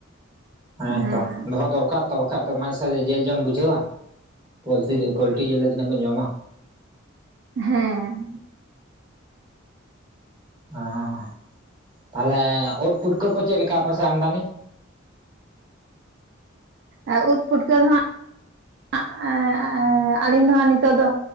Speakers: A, on the right (about 20°); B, on the right (about 60°).
A: ᱦᱮᱸᱛᱚ
B: ᱦᱮᱸ
A: ᱫᱚᱦᱚ ᱫᱚᱨᱠᱟᱨ ᱛᱚ ᱵᱟᱠᱷᱟᱡ ᱫᱚ ᱢᱟᱡᱮ ᱥᱟᱡᱷᱮ ᱡᱤᱞ ᱡᱚᱢ ᱵᱩᱡᱷᱟᱹᱣᱟ, ᱯᱚᱞᱛᱤ ᱡᱤ ᱯᱳᱞᱴᱤ ᱡᱤᱞ ᱫᱚ ᱛᱤᱱᱟᱹᱜ ᱵᱮᱱ ᱡᱚᱢᱟ?
B: ᱦᱮᱸ
A: ᱦᱚᱸ ᱛᱟᱦᱞᱮ ᱳᱫ ᱯᱩᱴᱠᱟᱹ ᱠᱚ ᱪᱮᱫ ᱞᱮᱠᱟ ᱟᱯᱮᱥᱮᱜ ᱟᱢᱫᱟᱱᱤ?
B: ᱮᱸ ᱩᱫ ᱯᱩᱴᱠᱟᱹ ᱫᱚ ᱦᱟᱸᱜ ᱟᱜ ᱮ ᱮ ᱟᱹᱞᱤᱧ ᱫᱚ ᱦᱟᱸᱜ ᱱᱤᱛᱚᱜ ᱫᱚ